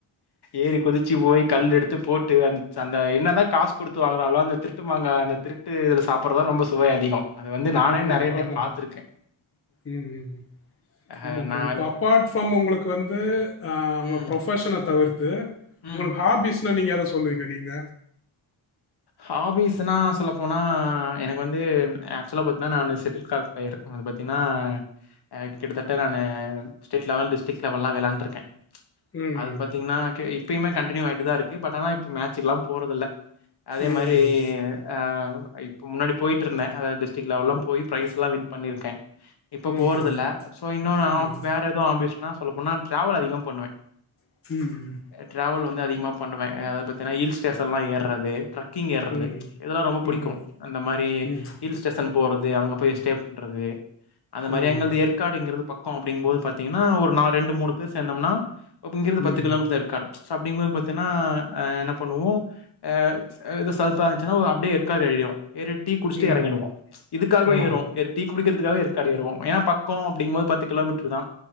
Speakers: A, on the left; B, on the left.
A: ஏறி குதிச்சு போயி கல் எடுத்து போட்டு அந் அந்த என்னதா காசு குடுத்து வாங்குனாலு அந்த திருட்டு மாங்கா அந்த திருட்டுது சாப்புறதா ரொம்ப சுவை அதிகொ நானே
B: ஆமா
A: நெறைய
B: ப்ரோ,
A: டைம்
B: ஆமா
A: பாத்துருக்கே
B: ப்ரோ. ம் ம் ஆமா
A: அ
B: ப்ரோ
A: நா
B: இப்போ அப்பார்ட் ஃப்ரம் உங்களுக்கு வந்து ஆ உங்க
A: ம்
B: ப்ரொஃபஷன தவிர்த்து
A: ம்
B: உங்களுக் ஹாபீஸ்ன்னா நீங்க எத சொல்லுவீங்க நீங்க
A: ஹாபீஸ்னா சொல்லப்போனா எனக்கு வந்து ஆக்சுவலா பாத்தீங்னா நா அந்த செட்டில் கார்க் போய்ருக்கு அது பாத்தீன்னா அ கிட்டத்தட்ட நானு ஸ்டேட் லெவல் டிஸ்டிக் லெவெல்லா விளாண்டுருக்கே
B: ம்.
A: அது பாத்தீங்னா க இப்பயுமே கண்டினியூ ஆயிட்டுதா இருக்கு பட் ஆனா இப்ப மேட்சுக்குலா போறதில்ல அதே
B: ம்.
A: மாரி ஆ இப்ப முன்னாடி போயிட்டுருந்த அதா டிஸ்டிக் லெவெல்லா போய் பிரைஸ்லா வின் பண்ணிருக்கே இப்பொ
B: ம்.
A: போறதில்ல சோ இன்னொன்னு
B: ம்.
A: ஆப் வேற எதுவு ஹாபிஸ்னா சொல்ல போனா டிராவல் அதிகமா பண்ணுவே
B: ம் ம்
A: ட்ராவல் வந்து அதிகமா பண்ணுவே அதா பாத்தின்னா ஹில் ஸ்டேஷன்லா ஏறது கிங் ஏறது
B: ம்.
A: இதெல்லா ரொம்ப புடிக்கு
B: ம்.
A: அந்த மாரி
B: ம்.
A: ஹில்ஸ் ஸ்டேஷன் போறது அங்க போய் ஸ்டே பண்றது அந்த
B: ம்.
A: மாரி அங்க ந்த எற்காடுங்கிறது பக்கோ அப்டிங்கும்போது பாத்தீங்ன்னா ஒரு ந ரெண்டு மூணு பேர் சேந்தம்னா அப் இங்கிருந்து பத்து
B: ம்.
A: கிலோமீட்டர்தா இருக்கு கர சோ அப்டிங்கம்போது பாத்தீங்ன்னா அ என்ன பண்ணுவோ அ அ எது சலுப்பா இருந்துச்சுன்னா ஒ அப்டியே எற்காடு ஏறிருவோ ஏறி டீ குடிச்சுட்டு
B: ம்.
A: எறங்கிடுவோ இதுக்கவே
B: ஆ.
A: ஏறுவோ எற் டீ குடிக்கிறதுக்காக எற்காடு ஏறுவோ ஏனா பக்கோ அப்டிங்கும்போது பத்து கிலோமீட்ருதா